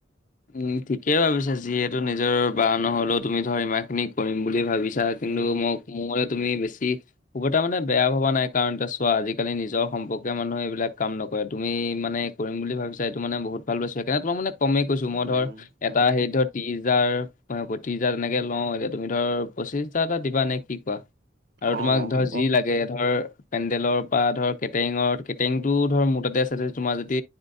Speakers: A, on the left (about 40°); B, on the right (about 50°).
A: উম ঠিকেই ভাবিছা যিহেতু নিজৰ বা নহ'লও তুমি ধৰ ইমা খিনি কৰিম বুলি ভাবিছ ছা কিন্তু
B: উম
A: ম'ক মো মতে তুমি বেছি <unintelligible> মানে বেয়া ভবা নাই কাৰণ এতিয়া চোৱা আজিকালি নিজৰ সম্পৰ্কীয় মানুহে এইবিলাক কাম নকৰে তুমি মানেক কৰিম বুলি ভাবিছা এইটো মানে বহুত ভাল পাইছোঁ সেইকাণে তোমাক মানে কমেই কৈছোঁ
B: উম
A: মই ধৰ এটা
B: উম
A: হেৰিত ধৰ ত্ৰিশ হাজাৰ, পয়ত্ৰিশ হাজাৰ তেনেকে লওঁ। এতিয়া তুমি ধৰ পঁচিশ হাজাৰ এটা দিবা নে কি? আৰু
B: অ
A: তোমাক ধৰ
B: হ'ব
A: যি লাগে এ ধৰ পেণ্ডেলৰ পৰা ধৰ কেটেৰিঙৰ, কেটেৰিংটো ধৰ মোৰ তাতে আছে তোমাৰ যদি